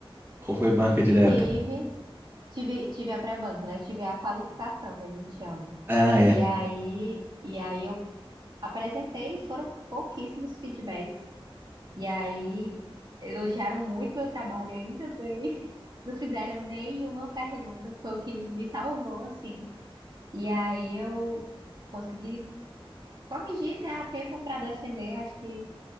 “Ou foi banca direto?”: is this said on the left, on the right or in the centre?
Right